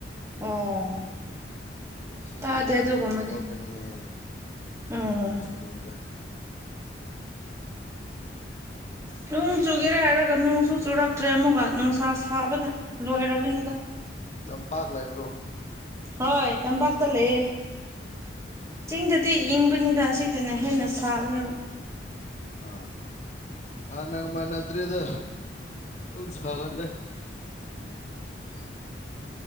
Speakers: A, on the right; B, on the left.
A: ꯑꯣ
B: ꯉꯁꯤ
A: ꯇꯥꯗꯦ
B: ꯏꯚꯦꯟꯁ
A: ꯑꯗꯨꯒꯨꯝꯕꯗꯤ
B: ꯄꯥꯡꯊꯣꯛꯀꯅꯤꯌꯦ
A: ꯎꯝ
B: ꯌꯥꯏꯁꯀꯨꯜꯗ
A: ꯅꯣꯡ ꯆꯨꯒꯦꯔꯥ ꯍꯥꯏꯔꯒ ꯅꯣꯡꯁꯨ ꯆꯨꯔꯛꯇ꯭ꯔꯦ ꯑꯃꯨꯛꯀ ꯅꯨꯡꯁꯥ ꯁꯥꯕꯅ ꯂꯣꯏꯔꯕꯅꯤꯗ
B: ꯂꯝꯄꯥꯛ ꯂꯩꯕ꯭ꯔꯣ
A: ꯍꯣꯏ ꯇꯝꯄꯥꯛꯇꯥ ꯂꯩꯌꯦ
B: ꯑꯥ
A: ꯆꯤꯡꯗꯗꯤ ꯏꯪꯕꯅꯤꯗ ꯑꯁꯤꯗꯅ ꯍꯦꯟꯅ ꯁꯥꯕꯅꯦꯕ
B: ꯑ ꯍꯥꯟꯅꯒ ꯃꯥꯅꯗ꯭ꯔꯦꯗ ꯄꯨ ꯁꯥꯒꯠꯂꯦ